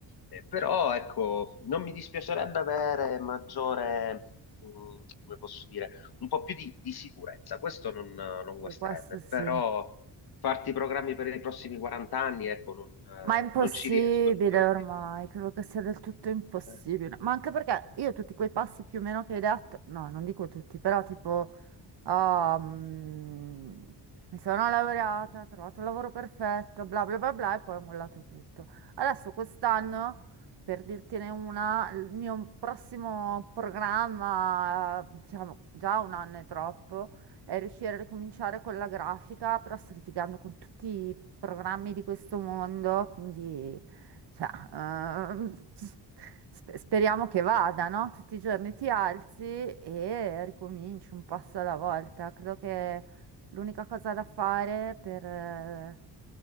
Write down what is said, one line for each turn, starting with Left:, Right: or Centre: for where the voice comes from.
Left: Eh, però ecco, non mi dispiacerebbe avere maggiore, mm, come posso dire, un po' più di, di sicurezza, questo non, non
Right: E
Left: guasterebbe,
Right: questo sì.
Left: però farti i programmi per i prossimi 40 anni, ecco, non, eh,
Right: Ma è impossibile
Left: non ci riesco, non sono il
Right: ormai,
Left: tipo.
Right: credo che sia del tutto impossibile.
Left: Eh,
Right: Ma anche perché io tutti quei passi più o meno che hai detto, no, non dico tutti, però tipo, ah, mm, mi sono laureata, ho trovato il lavoro perfetto, bla bla bla bla, e poi ho mollato tutto. Adesso quest'anno, per dirtene una, il mio prossimo programma, eh, diciamo, già un anno è troppo e riuscire a ricominciare con la grafica, però sto litigando con tutti i programmi di questo mondo, quindi cioè, ehm, spe- speriamo che vada, no? Tutti i giorni ti alzi e ricominci un passo alla volta. Credo che l'unica cosa da fare per... eh,